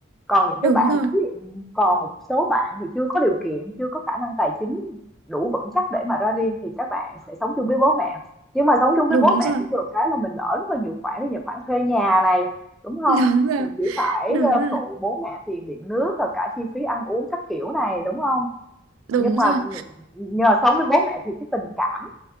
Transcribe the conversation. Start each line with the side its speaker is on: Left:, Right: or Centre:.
Centre: còn những cái
Right: đúng
Centre: bạn
Right: rồi
Centre: mà thí dụ còn một số bạn thì chưa có điều kiện chưa có khả năng tài chính đủ vững chắc để mà ra riêng thì các bạn sẽ sống chung với bố mẹ nhưng mà sống chung với
Right: đúng
Centre: bố mẹ
Right: rồi
Centre: cũng được cái là mình đỡ rất là nhiều khoản ví dụ khoản thuê nhà này đúng không
Right: đúng rồi
Centre: mình chỉ phải
Right: đúng
Centre: ờ,
Right: rồi
Centre: phụ bố mẹ tiền điện nước và cả chi phí ăn uống các kiểu này đúng không nhưng
Right: đúng
Centre: mà
Right: rồi
Centre: ừ, nhờ sống với bố mẹ thì cái tình cảm